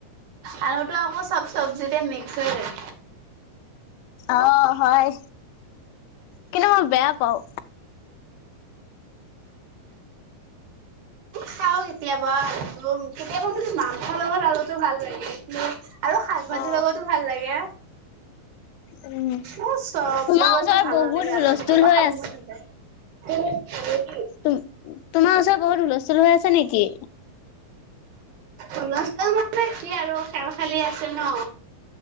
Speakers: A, on the right; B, on the left.
A: আলুটো আকৌ চব চব্জিতে মিক্স হৈ যায়।
B: অ', হয় কিন্তু মই বেয়া পাওঁ।
A: খাওঁ কেতিয়াবা আলুটো, কেতিয়াবা মানে মাংসৰ লগত আলুটো ভাল লাগে, কিন আৰু শাক ভাজিৰ
B: অ
A: লগতো ভাল লাগে।
B: উম
A: এ চব
B: তোমাৰ
A: লগতে
B: ওচৰত
A: ভাল
B: বহুত
A: নালাগে
B: হুলস্থুল
A: আৰু কেতিয়াবা
B: হৈ
A: খাব মন নাযায়।
B: তোম, তোমাৰ ওচৰত বহুত হুলস্থুল হৈ আছে নেকি?
A: হুলস্থূল মানে কি আৰু খেল খেলি আছে ন।